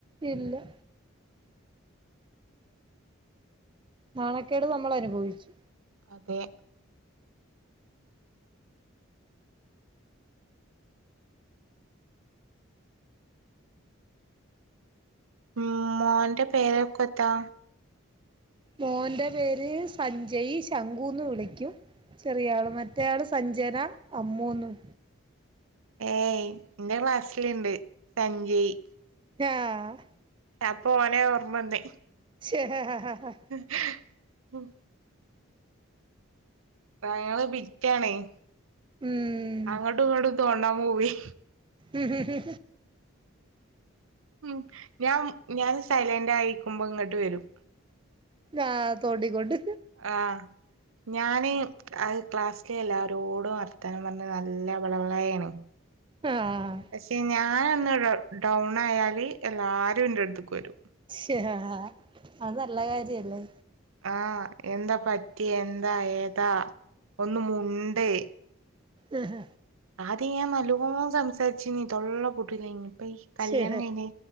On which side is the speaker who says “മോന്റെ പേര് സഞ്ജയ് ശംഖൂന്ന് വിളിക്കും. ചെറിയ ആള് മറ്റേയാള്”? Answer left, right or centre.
Right